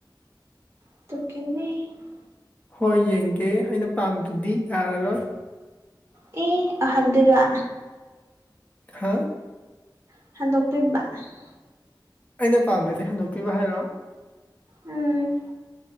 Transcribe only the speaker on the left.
ꯍꯣꯏ ꯌꯦꯡꯒꯦ ꯑꯩꯅ ꯄꯥꯝꯗ꯭ꯔꯗꯤ ꯌꯥꯔꯔꯣꯏ
ꯍꯥꯥ
ꯑꯩꯅ ꯄꯥꯝꯗꯗꯤ ꯍꯟꯗꯣꯛꯇꯣꯏꯕ ꯍꯥꯏꯔꯣ